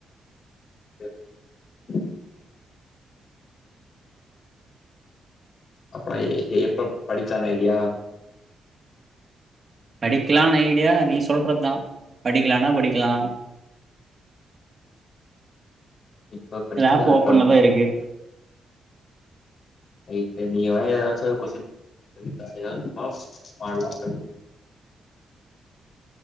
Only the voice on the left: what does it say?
க அப்புறம் எப்ப படிச்சான் ஐடியா
இப்ப படிக்கல
அப்புறம்
இப்ப நீ வேணா ஏதாச்சு ஒரு கொஸின் <unintelligible> மாடலா படி